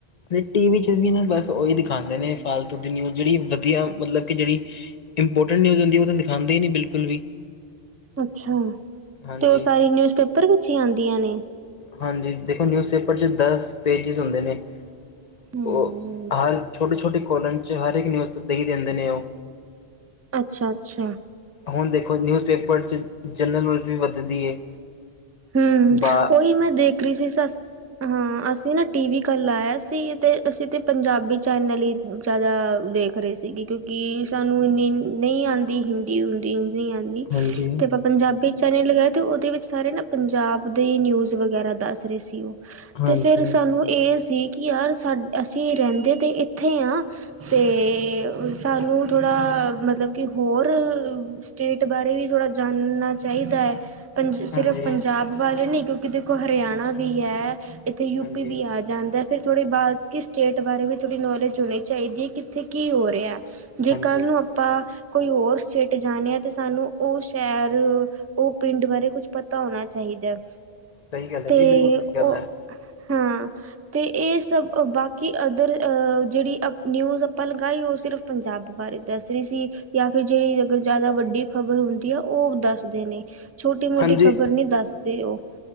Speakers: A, on the left (about 50°); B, on the right (about 20°).
A: ਅਤੇ ਟੀ ਵੀ ਚ ਵੀ ਨਾ ਬਸ ਉਹੀ ਦਿਖਦੇ, ਨੇ ਫਾਲਤੂ ਦੀ ਨਿਊਜ਼ ਜਿਹੜੀ ਵਧੀਆ ਮਤਲਬ ਕਿ ਜਿਹੜੀ ਇੰਪੋਰਟੈਂਟ ਨਿਊਜ਼ ਹੁੰਦੀ ਉਹ ਤਾਂ ਦਿਖਾਦੇ ਹੀ ਨਹੀਂ ਬਿਲਕੁਲ ਵੀ।
B: ਅੱਛਾ,
A: ਹਾਂਜੀ
B: ਤੇ ਉਹ ਸਾਰੀ ਨਿਊਜ਼ਪੇਪਰ ਵਿੱਚ ਹੀ ਆਦੀਆਂ ਨੇ,
A: ਹਾਂਜੀ ਦੇਖੋ ਨਿਊਜ਼ ਪੇਪਰ ਚ ਦਸ ਪੇਜਿਸ ਹੁੰਦੇ ਨੇ
B: ਹੂੰ।
A: ਉਹ ਹਰ ਛੋਟੇ-ਛੋਟੇ ਕੋਲਨ ਹਰ ਇੱਕ ਨਿਊਜ਼ ਦੇਈ ਦਿੰਦੇ ਨੇ ਉਹ
B: ਅੱਛਾ ਅੱਛਾ,
A: ਹੁਣ ਦੇਖੋ ਨਿਊਜ਼ਪੇਪਰ 'ਚ ਜਨਰਲ ਨੌਜ ਵੀ ਵੱਧਦੀ ਹੈ।
B: ਹੂੰ,
A: ਬ
B: ਉਹੀ ਮੈਂ ਦੇਖ ਰਹੀ ਸੀ ਹਾਂ ਅਸੀਂ ਨਾ ਟੀ ਵੀ ਕੱਲ ਲਾਇਆ ਸੀ। ਅਤੇ ਅਸੀਂ ਤਾਂ ਪੰਜਾਬੀ ਚੈਨਲ ਹੀ ਜ਼ਿਆਦਾ ਦੇਖ ਰਹੇ ਸੀਗੇ ਕਿਉਂਕਿ ਸਾਨੂੰ ਇੰਨੀ ਨਹੀਂ ਆਉਂਦੀ ਹਿੰਦੀ ਹੁੰਦੀ। ਆਦੀ
A: ਹਾਂਜੀ,
B: ਤੇ ਆਪਾਂ ਪੰਜਾਬੀ, ਚੈਨ ਲਗਾਏ ਅਤੇ ਉਹਦੇ ਵਿੱਚ ਸਾਰੇ ਨਾ, ਪੰਜਾਬ ਦੇ ਨਿਊਜ਼ ਵਗੈਰਾ ਦੱਸ ਰਹੇ ਸੀ ਉਹ,
A: ਹਾਂਜੀ।
B: ਤੇ ਫੇਰ ਸਾਨੂੰ ਇਹ ਸੀ। ਕਿ ਯਾਰ ਸਾਡ ਅਸੀਂ ਰਹਿੰਦੇ ਤਾਂ ਇੱਥੇ ਹਾਂ ਅਤੇ ਸਾਨੂੰ ਥੋੜ੍ਹਾ ਮਤਲਬ ਕਿ ਹੋਰ ਸਟੇਟ ਬਾਰੇ ਵੀ ਥੋੜ੍ਹਾ ਜਾਣਨਾ। ਚਾਹੀਦਾ ਹੈ ਪੰਜ
A: ਹਾਂਜੀ,
B: ਸਿਰਫ਼ ਪੰਜਾਬ ਵੱਲ ਨ ਕਿਉਂਕਿ ਕਿ ਦੇਖੋ ਹਰਿਆਣਾ ਵੀ ਹੈ। ਇੱਥੇ ਯੂਪੀ
A: ਹਾਂਜੀ,
B: ਵੀ ਆ ਜਾਂਦਾ। ਫਿਰ ਥੋੜ੍ਹੀ ਬਾਅਦ ਕਿ ਸਟੇਟ ਬਾਰੇ ਵੀ ਥੋੜ੍ਹੀ ਨੌਲੇਜ ਹੋਣੀ ਚਾਹੀਦੀ ਹੈ ਕਿੱਥੇ ਕੀ ਹੋ ਰਿਹਾ। ਜੇ
A: ਹਾਂਜੀ
B: ਕੱਲ੍ਹ ਨੂੰ ਆਪਾਂ, ਕੋਈ ਹੋਰ ਸਟੇਟ ਜਾਣੇ ਆ ਤੇ ਸਾਨੂੰ ਉਹ ਸ਼ਹਿਰ ਉਹ ਪਿੰਡ ਬਾਰੇ ਕੁਛ ਪਤਾ। ਤਾਂ ਹੋਣਾ ਚਾਹੀਦਾ ਹੈ।
A: ਸਹੀ ਗੱਲ
B: ਤੇ
A: ਹੈ ਜੀ ਬਿਲਕੁਲ ਸਹੀ ਗੱਲ
B: ਉਹ
A: ਹੈ।
B: ਹਾਂ, ਤੇ ਇਹ ਸਬ ਬਾਕੀ ਅਦਰ ਜਿਹੜੀ ਨਿਊਜ ਆਪਾਂ ਲਗਾਈ ਉਹ ਸਿਰਫ ਪੰਜਾਬ ਬਾਰੇ ਦੱਸ ਰਹੀ ਸੀ ਫਿਰ ਜਿੜੀ ਅ ਜ਼ਿਆਦਾ ਵੱਡੀ ਖ਼ਬਰ ਹੁੰਦੀ ਆ ਉਹ ਦੱਸਦੇ ਨੇ। ਛੋਟੀ ਮੋਟੀ
A: ਹਾਂਜੀ,
B: ਖ਼ਬਰ ਨਹੀਂ ਦੱਸਦੇ ਉਹ